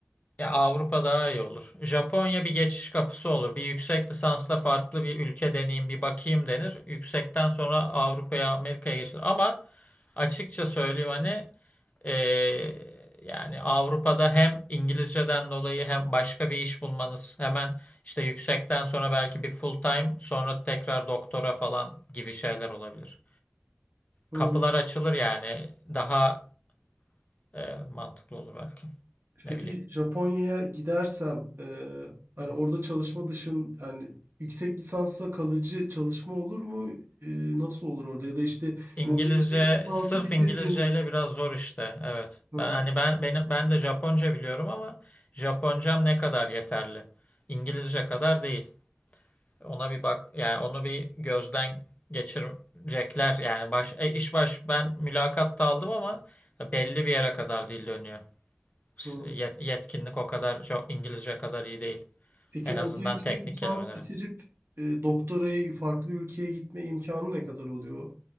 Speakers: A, on the left; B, on the right.
A: ya Avrupa daha iyi olur. Japonya bir geçiş kapısı olur. Bir yüksek lisansla farklı bir ülke deneyim bir bakayım denir. Yüksekten sonra Avrupa'ya Amerika'ya geçilir. Ama açıkça söyleyeyim hani Ee, yani Avrupa'da hem İngilizceden dolayı hem başka bir iş bulmanız hemen işte yüksekten sonra belki bir full time sonra tekrar doktora falan gibi şeyler olabilir.
B: hı.
A: Kapılar açılır yani daha e, mantıklı olur belki. Ne
B: Peki
A: bileyim.
B: Japonya'ya gidersem e, hani
A: Hı hı.
B: orada çalışma dışın yani yüksek lisansla kalıcı çalışma olur mu? E, nasıl olur orada ya da işte
A: İngilizce
B: orada yüksek lisansı
A: sırf
B: bitirdiğimde
A: İngilizceyle biraz zor işte. Evet.
B: Hı,
A: Ben hani ben benim ben de Japonca biliyorum ama Japoncam ne kadar yeterli? İngilizce kadar değil. Ona bir bak yani onu bir gözden geçirecekler yani baş e, iş baş ben mülakatta aldım ama belli bir yere kadar dil dönüyor. S-
B: hı.
A: yet- Yetkinlik o kadar çok İngilizce kadar iyi değil.
B: Peki
A: En
B: orada
A: azından
B: yüksek
A: teknik
B: lisans
A: kelimelere.
B: bitirip e, doktoraya farklı ülkeye gitme imkanı ne kadar oluyor?